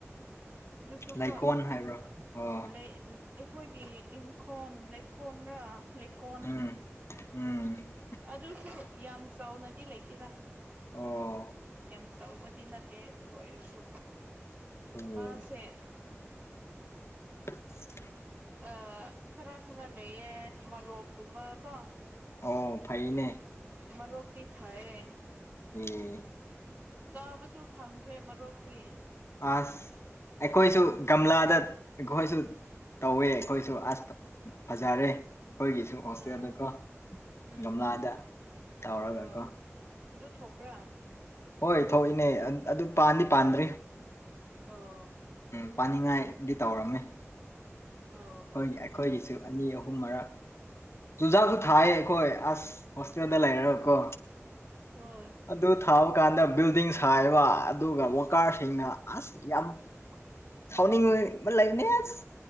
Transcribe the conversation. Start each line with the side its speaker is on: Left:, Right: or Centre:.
Right: ꯑꯗꯨꯁꯨ
Left: ꯂꯩꯀꯣꯜ
Right: ꯀꯣ
Left: ꯍꯥꯏꯕ꯭ꯔꯣ ꯑꯣ
Right: ꯂꯩ ꯑꯩꯈꯣꯏꯒꯤ ꯏꯪꯈꯣꯜ ꯂꯩꯈꯣꯜꯒ ꯀꯣꯟ
Left: ꯎꯝ ꯎꯝ
Right: ꯑꯗꯨꯁꯨ ꯌꯥꯝ ꯆꯥꯎꯅꯗꯤ ꯂꯩꯇꯦꯔꯥ
Left: ꯑꯣ
Right: ꯑꯆꯧꯕꯗꯤ ꯅꯠꯇꯦ ꯑꯗꯨ ꯑꯣꯏꯔꯁꯨ
Left: ꯑꯣ
Right: ꯃꯥꯁꯦ <inaudible>
Left: <inaudible>
Right: ꯑ ꯈꯔ ꯈꯔ ꯂꯩꯌꯦ ꯃꯔꯣꯔꯣꯛꯀꯨꯝꯕ ꯀꯣ
Left: ꯑꯣ ꯐꯩꯅꯦ
Right: ꯃꯔꯣꯄꯤ ꯊꯥꯏꯌꯦ
Left: ꯎꯝ
Right: ꯆꯥꯕꯁꯨ ꯐꯪꯈ꯭ꯔꯦ ꯃꯔꯣꯛꯇꯤ
Left: ꯑꯁ ꯑꯩꯈꯣꯏꯁꯨ ꯒꯝꯂꯥꯗ ꯑꯩꯈꯣꯏꯁꯨ ꯇꯧꯋꯦ ꯑꯩꯈꯣꯏꯁꯨ ꯑꯁ ꯐꯖꯔꯦ ꯑꯩꯈꯣꯏꯒꯤꯁꯨ ꯍꯣꯁꯇꯦꯜꯗꯀꯣ
Right: ꯑꯥ ꯎꯝ
Left: ꯒꯝꯂꯥꯗ ꯇꯧꯔꯒ
Right: ꯑꯣ
Left: ꯀꯣ
Right: ꯑꯗꯨ ꯊꯣꯛꯄ꯭ꯔ
Left: ꯍꯣꯏ ꯊꯣꯛꯏꯅꯦ ꯑꯗꯨ ꯄꯥꯟꯗꯤ ꯄꯥꯟꯗ꯭ꯔꯤ
Right: ꯑꯣ
Left: ꯎꯝ ꯄꯥꯅꯤꯡꯉꯥꯏꯗꯤ ꯇꯧꯔꯝꯃꯦ
Right: ꯑꯣ
Left: ꯈꯣꯏ
Right: ꯑꯣ
Left: ꯑꯩꯈꯣꯏꯒꯤꯁꯨ
Right: ꯍꯣꯏ
Left: ꯑꯅꯤ ꯑꯍꯨꯝ ꯃꯔꯛ ꯆꯨꯖꯥꯛꯁꯨ ꯊꯥꯏꯌꯦ ꯑꯩꯈꯣꯏ ꯑꯁ ꯍꯣꯁꯇꯦꯜꯗ ꯂꯩꯔ ꯀꯣ
Right: ꯍꯣꯏ
Left: ꯑꯗꯨ ꯊꯥꯕ ꯀꯥꯟꯗ ꯕꯤꯜꯗꯤꯡ ꯁꯥꯏꯕ ꯑꯗꯨꯒ ꯋꯥꯀꯥꯔꯁꯤꯡꯅ
Right: ꯑꯣ
Left: ꯑꯁ ꯌꯥꯝ
Right: <unintelligible>
Left: ꯁꯥꯎꯅꯤꯡꯕ ꯂꯩꯅꯦꯁ